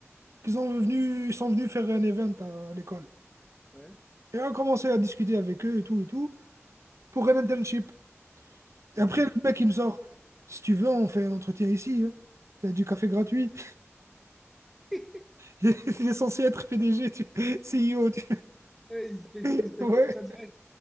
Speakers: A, on the right; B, in the centre.
A: Ils sont venus, ils sont venus faire un event à l'école.
B: ouais.
A: Et on a commencé à discuter avec eux et tout et tout pour un internship. Et
B: Mm.
A: après, le mec, il me sort, si tu veux, on fait un entretien ici. hein. Il y a du café gratuit.
B: <laughs>
A: <laughs> Il est censé être PDG, tu... CEO. tu-
B: Ouais, ils se fait,
A: <laughs>
B: ils se fait
A: Ouais,
B: l'entretien direct.